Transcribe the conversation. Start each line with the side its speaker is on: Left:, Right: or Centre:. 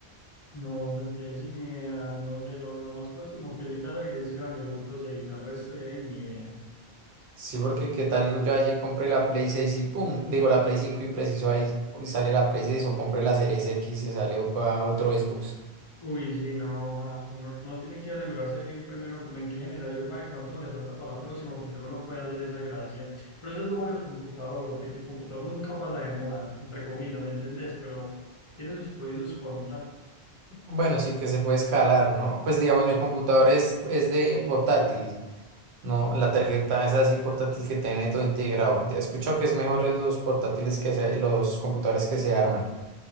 Left: No, Santi, ahí sí ni idea, no sé, lo, lo más próximo que se queda es Grande Auto y de resto ya ahí ni idea.
Right: Sí, porque qué tal yo ayer compré la Play 6 y pum, digo la Play cinco y preciso ahí y sale la Play 6 o compré la Series X y sale o- a otro Xbox.
Left: Uy, sí, no, ajá, uno, uno tiene que asegurarse bien primero como en qué generación va y cuánto le falta para la próxima, porque uno no puede hacer esa gracia. Pero eso es lo bueno del computador, de que el computador nunca pasa de moda, entre comillas, ¿me entendés? Pero tiene sus pros y sus contras.
Right: Bueno, sí que se puede escalar, ¿no? Pues digamos, mi computador es, es de portátil, no, la tarjeta es así portátil que tiene todo integrado. He escuchado que es mejor en los portátiles que se, los computadores que se arman.